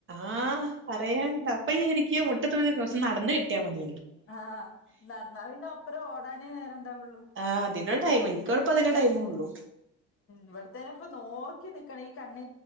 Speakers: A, on the right (about 40°); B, on the left (about 45°).
A: ആഹ് പറയണ്ട അപ്പൊ എനിക്ക് മുട്ടത്തോഴി കുറച്ച് നടന്ന് കിട്ടിയാ മതി
B: ആഹ <unintelligible> അപ്പറം ഓടാനേ നേരണ്ടാവുള്ളൂ.
A: ആ അതിന ടൈം എനിക്ക ഇപ്പോൾ അതിനെ ടൈമ് ഉള്ളു
B: ഇവിടത്തേന്ന ഇപ്പോ നോക്കി നിക്കണം ഈ കണ്ണ